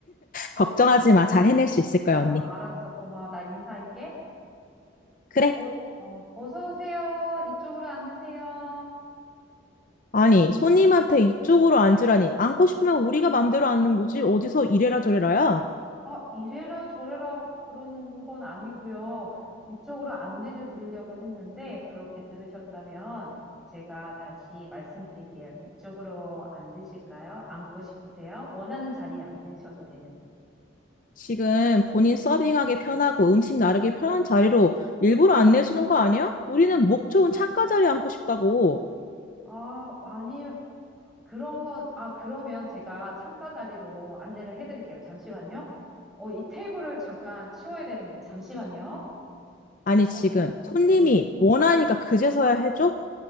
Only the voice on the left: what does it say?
걱정하지 마. 잘 해낼 수 있을 거야,
언니.
그래,
아니, 손님한테 이쪽으로 앉으라니. 앉고 싶으면 우리가 맘대로 앉는 거지. 어디서 이래라 저래라야?
지금 본인 서빙하기 편하고 음식 나르기 편한 자리로 일부러 안내해주는 거 아니야? 우리는 목 좋은 창가 자리에 앉고 싶다고.
아니, 지금
손님이
원하니까 그제서야 해줘?